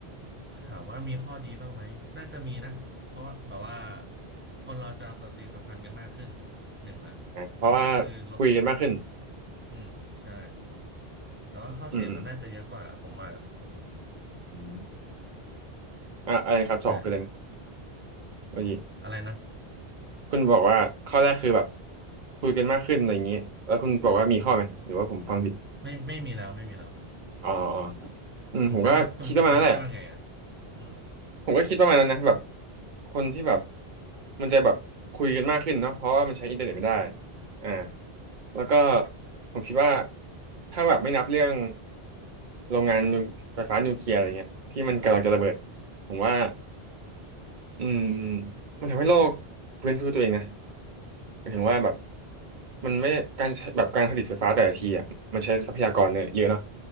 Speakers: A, on the right (about 20°); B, on the right (about 50°).
A: ถามว่ามีข้อดีบ้างไหมน่าจะมีนะเพราะว่าแบบว่าคนเราจะปฏิสัมพันธ์กันมากขึ้นหนึ่งละสองก็คือลด
B: อ่ะเพราะว่าคุยกันมากขึ้น
A: อืมใช่แต่ว่าข้อเสียมันน่าจะเยอะกว่าผมว่า
B: อืมอืมอืมอ่ะอะไรครับสองคืออะไรนะ
A: ใช่
B: เมื่อกี้
A: อะไรนะ
B: คุณบอกว่าข้อแรกคือแบบคุยกันมากขึ้นอะไรอย่างเงี้ยแล้วคุณบอกว่ามีข้อไหมหรือว่าผมฟังผิด
A: อืมไม่ไม่มีแล้วไม่มีแล้ว
B: อ๋อ
A: หมดละ
B: อ๋ออืมผมก็คิดประมาณนั้นแหละ
A: อืมแล้วถ้าคุณคุณคิดว่าไงอ่ะอืม
B: ผมก็คิดประมาณนั้นนะแบบคนที่แบบมันจะแบบคุยกันมากขึ้นเนาะเพราะว่ามันใช้อินเทอร์เน็ตไม่ได้อ่าแล้วก็ผมคิดว่าถ้าแบบไม่นับเรื่องโรงงานนิวไฟฟ้านิวเคลียร์อะไรเงี้ยที่มันกำลังจะระเบิดผมว่าอืมมันทำให้โลกฟื้นฟูตัวเองนะ หมายถึงว่าแบบมันไม่การใช้แบบการผลิตไฟฟ้าแต่ละทีอ่ะมันใช้ทรัพยากรเนี่ยเยอะเนาะ